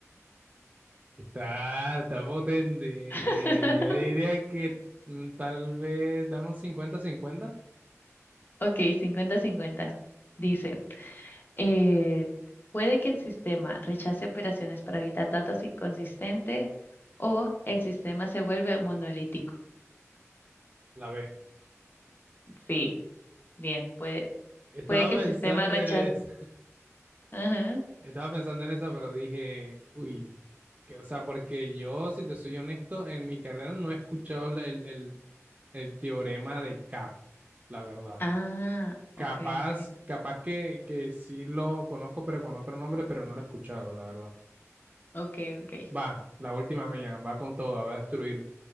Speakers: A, on the right (about 30°); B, on the left (about 40°).
A: Está, está potente. Eh,
B: <laughs>
A: yo diría que mm, tal vez dame un cincuenta 50
B: Ok, cincuenta-cincuenta. Dice. Eh, puede que el sistema rechace operaciones para evitar datos inconsistentes o el sistema se vuelve monolítico.
A: la B.
B: Sí, bien, puede,
A: Estaba
B: puede que el
A: pensando
B: sistema rechace.
A: en eso,
B: Ajá.
A: <laughs> estaba pensando en esa, pero dije, uy, que, o sea, porque yo, si te soy honesto, en mi carrera no he escuchado el, el, el- el teorema de CAP, la verdad.
B: Ah,
A: Capaz,
B: ok, ok,
A: capaz que, que sí lo conozco, pero con otro nombre, pero no lo he escuchado, la verdad.
B: ok, ok.
A: Va, la última mía, va con toda, va a destruir.